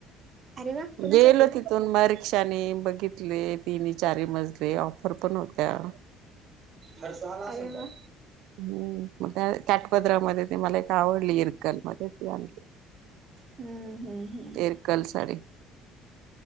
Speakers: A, on the right (about 45°); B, on the right (about 70°).
A: अरे वा कुणासाठी
B: गेलो तिथून मर कक्षाने बघितले, तीनी चारी मजले ऑफर पण होत्या.
A: अरे वा.
B: हम्, <unintelligible> त्या कॅटपदरामध्ये ते मला एक आवडली इरकल मध्ये. <unintelligible>
A: हम्म, हम्म.
B: ते इरकल साडी.